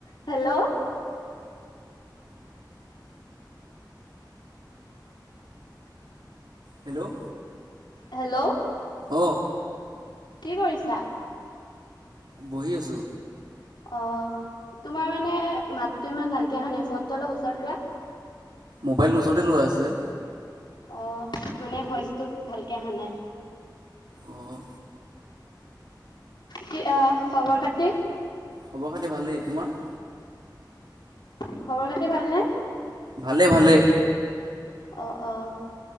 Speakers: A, on the left (about 75°); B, on the right (about 75°).
A: হেল্ল'
B: হেল্ল'
A: হেল্ল'
B: অ।
A: কি কৰিছা?
B: বহি আছো।
A: অ' তোমাৰ মানে মাতটো ইমান ভালকে অহা নাই ফনটো অলপ ওচৰত লোৱা।
B: মোবাইলটো ওচৰতে লোৱা আছে।
A: অহ! মানে ভইচটো ভালকে অহা নাই।
B: অঁ
A: কি আহ খবৰ খাতিৰ।
B: খবৰ খাতি ভালেই। তোমাৰ?
A: খবৰ খাতি ভালনে?
B: ভালে ভালে।
A: অ' অ।